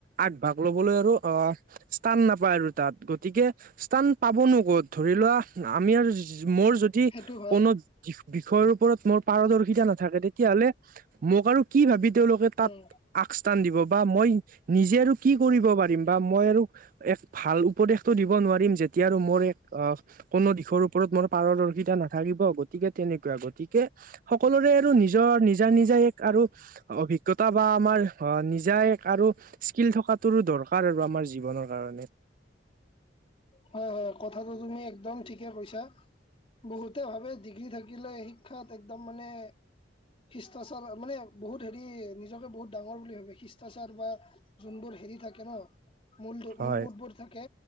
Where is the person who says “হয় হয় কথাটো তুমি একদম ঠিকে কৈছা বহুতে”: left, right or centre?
Left